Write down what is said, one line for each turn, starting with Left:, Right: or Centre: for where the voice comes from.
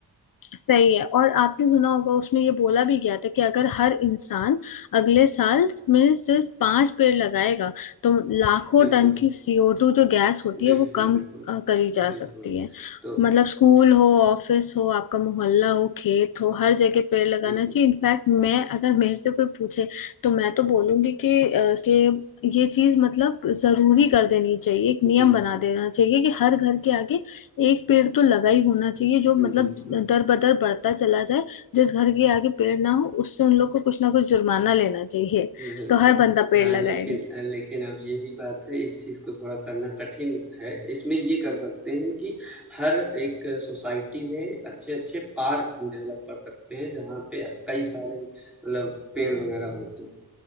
Left: सही है और आपने सुना होगा उसमें ये बोला भी गया था कि अगर हर इंसान अगले साल में सिर्फ पांच पेड़ लगाएगा तो लाखों
Centre: बिल्कुल,
Left: टन की CO2 जो गैस होती
Centre: बिल्कुल,
Left: है वो कम
Centre: बिल्कुल।
Left: अ, करी जा
Centre: बिल्कुल,
Left: सकती है
Centre: तो
Left: मतलब स्कूल हो ऑफिस हो आपका मोहल्ला हो खेत हो हर जगह पेड़ लगाना
Centre: बिल्कुल,
Left: चाहिए इनफैक्ट मैं अगर मेरे से कोई पूछे तो मैं तो बोलूंगी कि अ, कि ये चीज मतलब जरूरी कर देनी चाहिए एक नियम
Centre: बिल्कुल,
Left: बना देना चाहिए कि हर घर के आगे एक पेड़ तो लगा ही होना चाहिए जो
Centre: बिल्कुल।
Left: मतलब दर बदर बढ़ता चला जाए जिस घर के आगे पेड़ ना हो उससे उन लोग को कुछ ना कुछ जुर्माना लेना चाहिए
Centre: बिल्कुल।
Left: तो हर बंदा पेड़
Centre: हाँ,
Left: लगाएगा
Centre: लेकिन अ, लेकिन अब यही बात है, इस चीज़ को थोड़ा करना कठिन है। इसमें ये कर सकते हैं कि हर एक सोसाइटी में अच्छे-अच्छे पार्क हम डेवलप कर सकते हैं, जहाँ पे कई सारे मतलब पेड़ वगैरह होते हों।